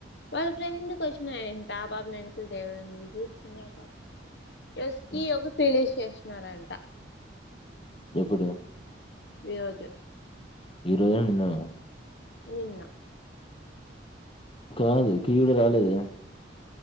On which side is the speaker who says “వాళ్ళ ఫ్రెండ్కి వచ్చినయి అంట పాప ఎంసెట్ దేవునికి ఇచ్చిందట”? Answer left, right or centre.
Left